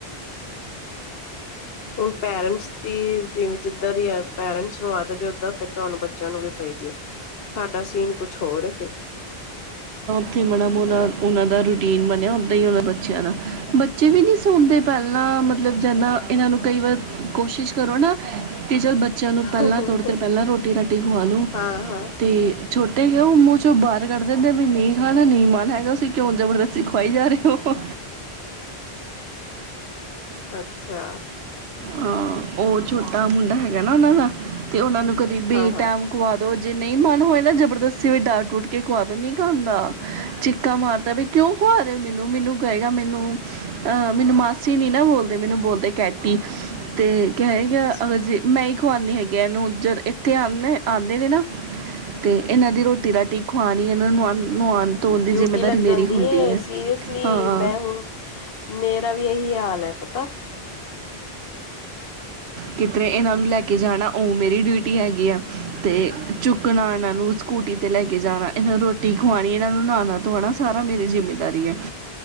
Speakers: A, on the left (about 65°); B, on the right (about 80°).
A: ਹੁਣ ਪੈਰੈਂਟਸ ਦੀ ਜਿਵੇਂ ਜਿੱਦਾਂ ਦੀ ਪੇਰੈਂਟਸ ਨੂੰ ਆਦਤ ਐ ਓਦਾਂ ਫਿਰ ਤੁਹਾਨੂੰ ਬੱਚਿਆਂ ਨੂੰ ਵੀ ਪਾਦੀ ਹੈ ਸਾਡਾ ਸੀਨ ਕੁਛ ਹੋਰ ਫਿਰ
B: ਉਥੇ ਬੜੇ ਮੂਡ ਨਾਲ,
A: ਇਹ
B: ਉਹਨਾਂ ਦਾ ਰੂਟੀਨ ਬਣਿਆ ਓਦਾਂ ਹੀ ਉਹ ਬੱਚਿਆਂ ਦਾ ਬੱਚੇ ਵੀ ਨੀ ਸੁਣਦੇ ਪਹਿਲਾਂ ਮਤਲਬ ਜਨਾ ਇਹਨਾਂ ਨੂੰ ਕਈ ਵਾਰ ਕੋਸ਼ਿਸ਼ ਕਰੋ ਨਾ ਤੇ ਚੱਲ ਬੱਚਿਆਂ ਨੂੰ
A: ਫਰਕ
B: ਪਹਿਲਾਂ ਥੋੜ੍ਹੀ ਦੇਰ ਪਹਿਲਾਂ ਰੋਟੀ- ਰਾਟੀ ਗਵਾ ਲਉ
A: ਹਾਂ ਹਾਂ
B: ਤੇ ਛੋਟੇ ਹੀ ਓ ਮੂੰਹ ਚੋਂ ਬਾਹਰ ਕੱਢ ਦਿੰਦੇ ਵੀ ਨਹੀਂ <unintelligible> ਦਾ ਨਹੀਂ ਮਨ ਹੈਗਾ ਤਸੀਂ ਕਿਉਂ ਜਬਰਦਸਤੀ ਖਵਾਈ ਜਾ ਰਹੇ ਹੋ
A: ਅੱ ਛਾ।
B: ਹਾਂ ਉਹ ਛੋਟਾ ਮੁੰਡਾ ਹੈਗਾ ਨਾ ਉਹਨਾਂ ਦਾ ਤੇ ਉਹਨਾਂ ਨੂੰ ਕਦੀ ਵੀ
A: ਹਾਂ-ਹਾਂ।
B: ਟੈਮ ਖਵਾ ਦੋ ਜੇ ਨਹੀਂ ਮਨ ਹੋਏ ਨਾ ਜਬਰ ਦੱਸੀ ਵੀ ਡਾਟ ਡੂਟ ਕੇ ਖੁਆ ਦੋ ਨੀ ਖਾਂਦਾ ਚਿੱਕਾ ਮਾਰਦਾ ਵੀ ਕਿਉਂ ਖੁਆ ਰਹੇ ਹੋ ਮੈਨੂੰ ਮੈਨੂੰ ਕਹੇਗਾ ਮੈਨੂੰ ਅਹ ਮੈਨੂੰ ਮਾਸੀ ਨੀ ਨਾ ਬੋਲਦੇ ਮੈਨੂੰ ਬੋਲਦਾ ਕੈਟੀ ਤੇ ਕਏਗਾ
A: ਅੱਛਾ
B: ਅਗਰ ਜ ਮੈਂ ਖਵਾਉਨੀ ਹੈਗੇ ਇਹਨੂੰ ਜਦ ਇੱਥੇ ਆਦੇ ਆਉਂਦੇ ਨੇ ਨਾ ਤੇ ਇਹਨਾਂ ਦੀ ਰੋਟੀ -ਰਾਟੀ ਖਵਾਣੀ ਇਹਨਾਂ ਨੂੰ ਨੁਆਉਣ ਧੋਣ ਦੀ
A: ਡਿਊਟੀ
B: ਜਿੰਮੇਦਾਰੀ
A: ਲੱਗ
B: ਮੇਰੀ
A: ਜਾਂਦੀ
B: ਹੁੰਦੀ
A: ਏ
B: ਹੈ।
A: ਸੀਰੀਅਸਲੀ
B: ਹਾਂ
A: ਮੈਂ ਹੁਣ ਮੇਰਾ ਵੀ ਇਹੀ ਹਾ ਲ ਐ ਪਤਾ।
B: ਕਿਧਰੇ ਇਹਨਾਂ ਨੂੰ ਲੈ ਕੇ ਜਾਣਾ ਉਹ ਮੇਰੀ ਡਿਊਟੀ ਹੈਗੀ ਆ ਤੇ ਚੁੱਕਣਾ ਇਹਨਾਂ ਨੂੰ ਸਕੂਟੀ ਤੇ ਲੈ ਕੇ ਜਾਣਾ ਇਹਨਾਂ ਨੂੰ ਰੋਟੀ ਖਵਾਉਣੀ ਇਹਨਾਂ ਨੂੰ ਨਹਾਣਾ ਧੋਣਾ ਸਾਰਾ ਮੇਰੀ ਜਿੰਮੇਦਾਰੀ ਆ